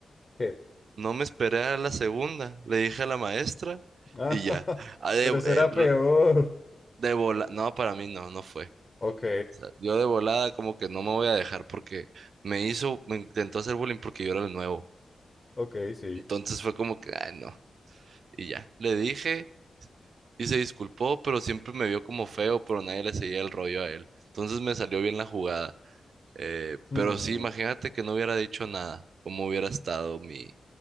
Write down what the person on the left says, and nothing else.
¿Qué?
Ah,
<laughs>
pero eso
era
peor.
Ok,
ok, sí.
Mm,